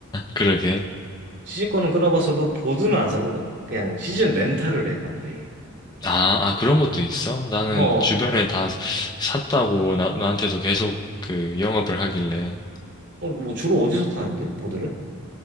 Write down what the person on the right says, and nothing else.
시즌 거는 끊어봤어도 보드는 안 사거든? 그냥 시즌 렌탈을 해, 난 아예.
어.
어, 뭐 주로 어디서 타는데? 보드를?